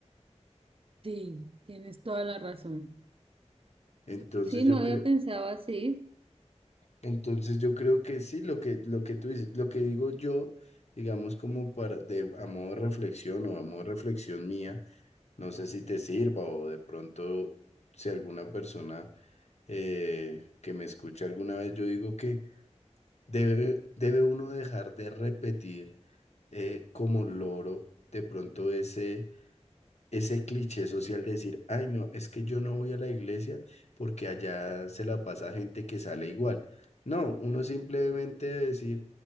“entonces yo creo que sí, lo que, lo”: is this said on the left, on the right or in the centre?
Left